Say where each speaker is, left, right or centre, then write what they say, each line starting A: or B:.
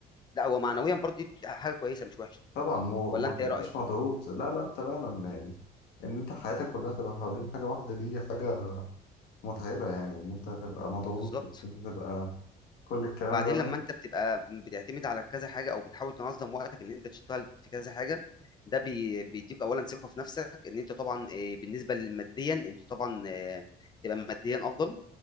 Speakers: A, on the left (about 25°); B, on the left (about 70°).
A: لا هو معنويا برضه دي حاجه كويسه مش وحشه
B: طبعا و-
A: ولا
B: وما
A: انت
B: تبقاش
A: ايه رايك
B: مضغوط لا لا تماما يعني ان انت حياتك كلها تبقى حوالين حاجة واحدة دي حاجة متعبة يعني ان انت تبقى مضغوط
A: بالظبط
B: وانت تبقى كل الكلام
A: وبعدين
B: ده لا
A: لما انت بتبقى بتعتمد على كذا حاجه او بتحاول تنظم وقتك ان انت تشتغل في كذا حاجه ده بي- بيديك اولا ثقه في نفسك ان انت طبعا آه، بالنسبه للماديا انت طبعا آه، بتبقى ماديا افضل